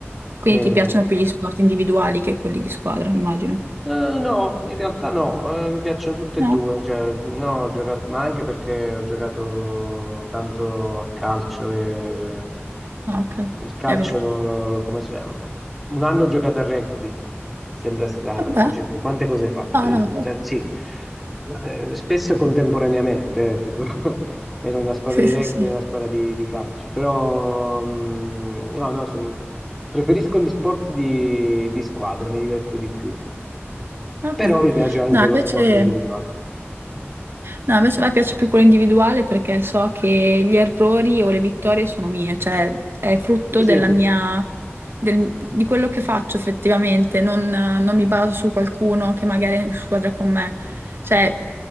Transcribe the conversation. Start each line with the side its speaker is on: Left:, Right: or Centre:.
Right: Quindi
Centre: Eh,
Right: ti piacciono più gli sport individuali che quelli di squadra, immagino.
Centre: Eh, no, in realtà no, eh, mi piacciono tutte
Right: No?
Centre: e due, cioè, no, ho giocato, ma anche perché ho giocato tanto a calcio e
Right: Ah, ok.
Centre: il calcio,
Right: È vero.
Centre: come se- un anno ho giocato a rugby, ti sembra strano,
Right: Vabbè,
Centre: dice, quante cose hai fatto?
Right: no,
Centre: Eh,
Right: no,
Centre: Sì, eh, spesso contemporaneamente, eh, tipo, <laughs> era una squadra
Right: sì,
Centre: di
Right: sì,
Centre: rugby
Right: sì.
Centre: e una squadra di, di calcio, però mm, no, no, son- preferisco gli sport di, di squadra, mi diverto di più.
Right: Vabbè.
Centre: Però mi piace anche
Right: No, invece,
Centre: lo sport individuale.
Right: No, invece a me piace più quello individuale perché so che gli errori o le vittorie sono mie, cioè è frutto
Centre: Sì, sì,
Right: della mia, del- di quello che faccio effettivamente, non, non mi baso su qualcuno che magari è in squadra con me, cioè